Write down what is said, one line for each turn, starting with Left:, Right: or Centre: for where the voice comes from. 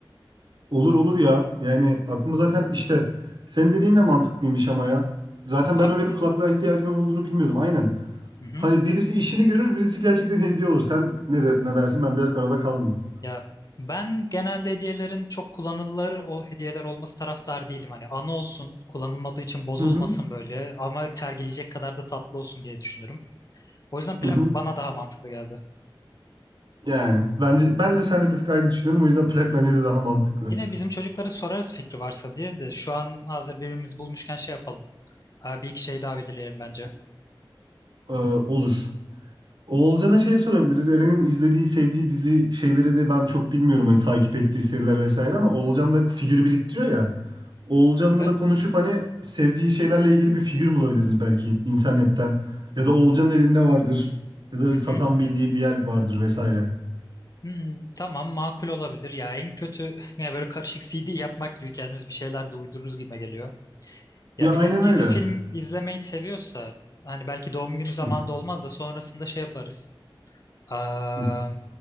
Right: Olur olur ya. Yani aklıma zaten işte senin dediğin de mantıklıymış ama ya. Zaten
Left: Kulaklık.
Right: ben öyle bir kulaklığa ihtiyacının olduğunu bilmiyordum. Aynen.
Left: Hı hı.
Right: Hani birisi işini görür, birisi gerçekten hediye olur. Sen ne, de, ne dersin? Ben biraz arada kaldım.
Left: Ya ben genelde hediyelerin çok kullanılır o hediyeler olması taraftar değilim. Hani anı olsun, kullanılmadığı için bozulmasın
Right: Hı hı.
Left: böyle ama sergileyecek kadar da tatlı olsun diye düşünürüm. O yüzden plak
Right: Hı hı.
Left: bana daha mantıklı geldi.
Right: Yani bence ben de seninle bir tık aynı düşünüyorum. O yüzden plak bence de daha mantıklı.
Left: Yine bizim çocuklara sorarız fikri varsa diye de şu an hazır birbirimizi bulmuşken şey yapalım. Aa, bir iki şey daha belirleyelim bence.
Right: Ee, olur. Oğulcan'a şey sorabiliriz. Eren'in izlediği, sevdiği dizi şeyleri de ben çok bilmiyorum. Hani takip ettiği seriler vesaire ama Oğulcan da figür biriktiriyor ya. Oğulcan'la
Left: Evet.
Right: da konuşup hani sevdiği şeylerle ilgili bir figür bulabiliriz belki internetten. Ya da Oğulcan'ın elinde vardır. Ya da
Left: Hı
Right: satan
Left: hı.
Right: bildiği bir yer vardır vesaire.
Left: Hmm, tamam makul olabilir. Ya en kötü <laughs> ya böyle karışık CD yapmak gibi kendimiz bir şeyler de uydururuz gibime geliyor. Ya
Right: Ya aynen
Left: bir de dizi
Right: öyle.
Left: film izlemeyi seviyorsa hani belki doğum günü zamanında
Right: Hı,
Left: olmaz da sonrasında şey yaparız. Aa,
Right: hı.